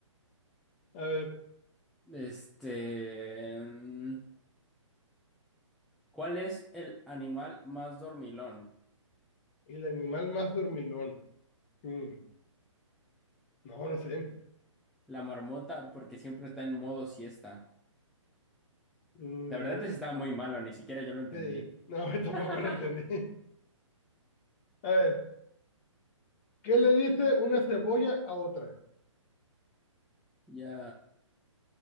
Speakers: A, on the left; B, in the centre.
A: A ver,
B: Este... mm, ¿Cuál es el animal más dormilón?
A: el animal más dormilón. Mm, no, no sé.
B: La marmota, porque siempre está en modo siesta.
A: Mm,
B: La verdad
A: no
B: es que estaba muy malo, ni siquiera yo lo entendí.
A: sé. No, <laughs> tampoco
B: <laughs>
A: lo entendí. <laughs> A ver, ¿qué le dice una cebolla a otra?
B: Ya,